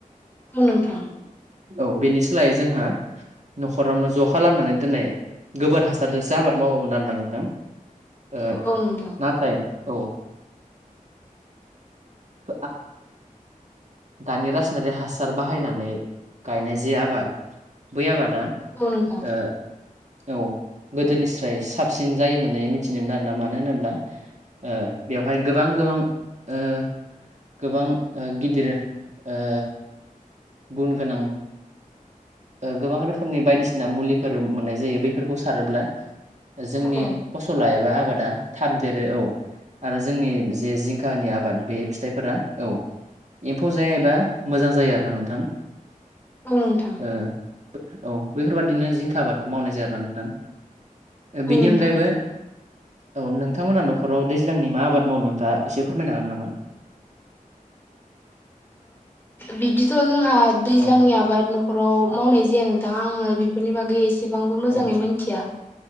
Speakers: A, on the left; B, on the right.
A: औ नोंथां
B: औ बेनि सोलायै जोंहा न'खरावनो ज' खालामनानै दोननाय गोबोर हासारजोंसो आबाद मावोमोन आरोना नोंथां ओ
A: औ औ नोंथां
B: नाथाय औ <inaudible> दानि रासायनारि हासार बाहायनानै गायनाय जे आबाद बै आबादा
A: औ नोंथां
B: ए औ गोदोनिस्राय साबसिन जायो होननानै मिथिनोमोन आरोना मानो होनोब्ला ओ बेवहाय गोबां गोबां ओ गोबां गिदिर ओ गुन गोनां गोबां रोखोमनि बायदिसिना मुलिफोर मोननाय जायो बैफोरखौ सारोब्ला जोंनि
A: औ
B: फसला एबा आबादा थाब देरो औ आरो जोंनि जे जिं फिथानि आबाद बे फिथाइफोरा औ एम्फौ जायबा मोजां जायो आरोना नोंथां।
A: औ नोंथां
B: ओ औ बेफोरबादिनो जिंखा आबादखौ मावनाय जायो आरोना नोंथां।
A: औ
B: बेनि
A: नोंथां
B: अनगायैबो औ नोंथांमोना न'खराव दैज्लांनि मा आबाद मावो नोथांङा एसे फोरमायनो हागोन नामा? <inaudible>
A: बिदिथ' जोंहा दैज्लांनि
B: औ थ'
A: आबाद नखराव मावनाय जाया नोंथां आङो बेफोरनि बागै एसेबांबो मोजाङै
B: औ
A: मिथिया